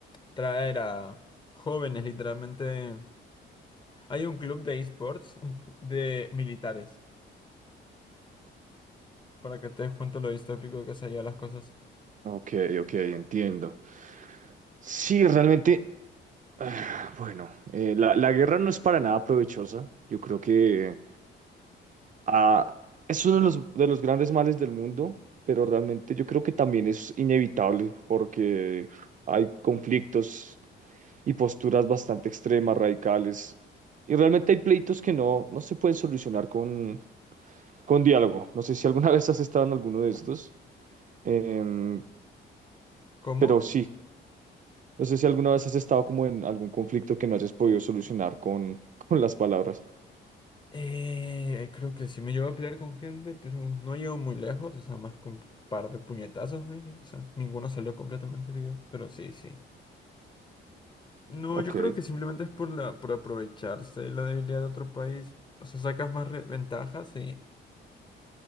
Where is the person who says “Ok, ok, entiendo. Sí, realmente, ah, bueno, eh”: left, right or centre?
Right